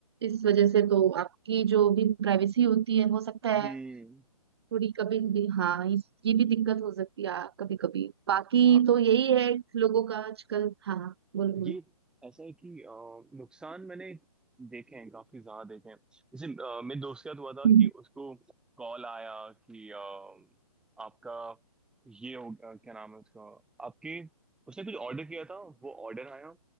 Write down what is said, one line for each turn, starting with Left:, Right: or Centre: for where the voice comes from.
Right: इस वजह से तो आपकी जो भी प्राइवेसी होती है हो सकता है
Centre: हम्म
Right: थोड़ी कभी भी हाँ इस, ये भी दिक्कत हो सकती है कभी कभी बाकी
Centre: हाँ
Right: तो यही है लोगों का आजकल हाँ हाँ, बोलो बोलो
Centre: ये ऐसा है कि अ, नुकसान मैंने देखे हैं काफी ज्यादा देखे हैं जैसे अ, मेरे दोस्त के साथ हुआ था
Right: हम्म
Centre: कि उसको कॉल आया कि अ, आपका ये हो अ, क्या नाम है उसका आपके उसने कुछ ऑर्डर किया था वो ऑर्डर आया